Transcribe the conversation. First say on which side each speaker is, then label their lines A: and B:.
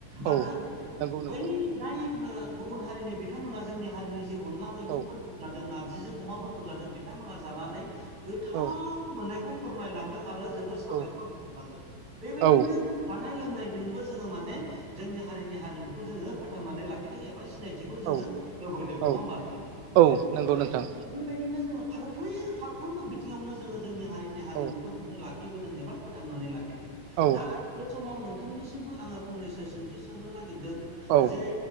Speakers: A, on the right; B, on the right.
A: आरो
B: औ नंगौ नोंथां
A: बै जाय गुबुन हारिनि बिथांमोना जोंनि हारिनि जिउ अनला मैगंफोरखौ
B: औ
A: जादों नारजिजों अमाफोरखौ जादों बिथांमोना जानानै गोथाव
B: औ
A: मोननायखौ फोरमायलांदों आरो जोबोर साबायखर
B: औ
A: बायगर लांदों बेबायदिनो
B: औ
A: जानाय लोंनायजोंबो जोङो माने जोंनि हारिनि हारिमुखौ जोङो फोथांनानै लाखिदों एबा सिनायथिखौ जोङो
B: औ
A: होबोदों
B: औ
A: नङा होमबा नोंथां।
B: औ नंगौ नोंथां
A: बेबायदिनो जोङो फारफ्र फारफ्रोमबो बिथिङावनो जोङो जोंनि हारिनि हारिमुखौ
B: औ
A: जोङो लाखि बोदों एबा फोथांनानै लाखिदों
B: औ
A: दा आ बे समाव नोंथांनिसिमबो आङो फंनैसो सोंथि सोंनो नागिरदों
B: औ
A: जे